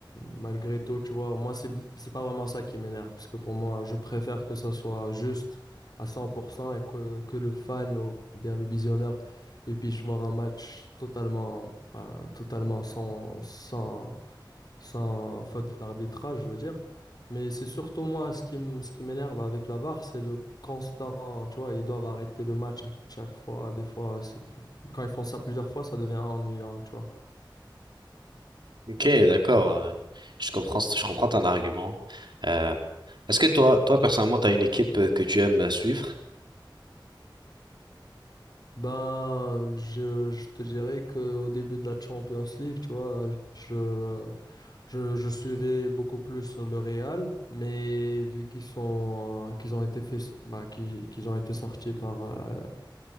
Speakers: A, on the left; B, on the right.
A: malgré tout, tu vois, moi, c'est, c'est pas vraiment ça qui m'énerve, parce que pour moi, je préfère que ça soit juste à 100% et que, que le fan ou bien le visionneur, et puis je voir un match totalement, ben, totalement sans, sans, sans faute d'arbitrage, je veux dire. Mais c'est surtout moi ce qui m- ce qui m'énerve avec la VAR, c'est le constant, tu vois, ils doivent arrêter le match à chaque fois. Des fois, c'est plus- quand ils font ça plusieurs fois, ça devient ennuyant, tu vois.
B: Ok, d'accord. euh, Je comprends, je comprends ton argument. Euh, est-ce que toi, toi personnellement, tu as une équipe euh, que tu aimes euh, suivre?
A: Ben, je, je te dirais qu'au début de la Champions League, tu vois, je, je, je suivais beaucoup plus le Real, mais vu qu'ils sont, euh, qu'ils ont été faits, bah, qu'ils, qu'ils ont été sortis par, euh,